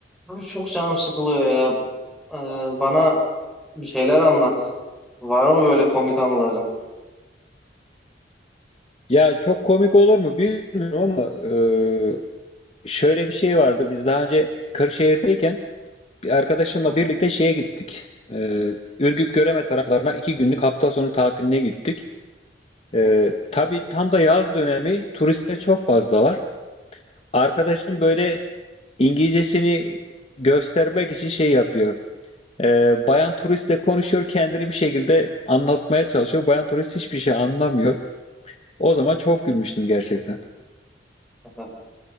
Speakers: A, in the centre; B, on the left (about 35°).
A: Abi çok canım sıkılıyor ya. Ee, bana bir şeyler anlat. Var mı böyle komik anıların?
B: Ya çok komik olur mu bilmiyorum ama e, şöyle bir şey vardı. Biz daha önce Kırşehir'deyken bir arkadaşımla
A: Hı hı,
B: birlikte şeye gittik. E, Ürgüp Göreme taraflarına iki günlük hafta sonu tatiline gittik. E,
A: hı
B: tabii tam da yaz dönemi turistler çok fazla var. Arkadaşım böyle İngilizcesini göstermek için şey yapıyor. E, bayan turistle konuşuyor kendini bir şekilde anlatmaya çalışıyor. Bayan turist hiçbir şey anlamıyor. O zaman çok gülmüştüm gerçekten.
A: hı. <laughs>